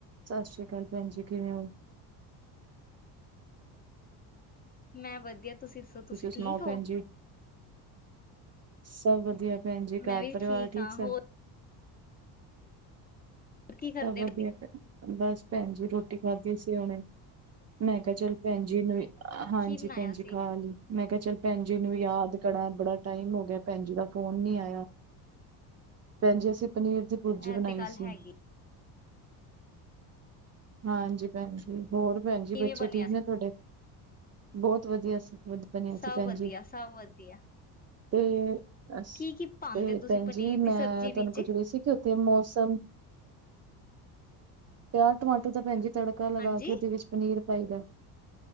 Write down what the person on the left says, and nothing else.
ਮੈਂ ਵਧੀਆ। ਤੁਸੀਂ ਦੱਸੋ, ਤੁਸੀਂ
ਠੀਕ ਹੋ?
ਮੈਂ ਵੀ
ਹਾਂ
ਹੋਰ ਕੀ ਕਰਦੇ
ਕੀ ਬਣਾਇਆ
ਸੀ
ਇਹ
ਤੇ ਗੱਲ
ਹੈਗੀ
ਕਿਵੇਂ
ਬਣਿਆ
ਸੀ
ਸਭ
ਵਧੀਆ
ਸਭ ਵਧੀਆ
ਕੀ ਕੀ ਪਾਉਂਦੇ
ਤੁਸੀਂ
ਪਨੀਰ
ਦੀ ਸਬਜ਼ੀ
ਵਿੱਚ
ਹਾਂਜੀ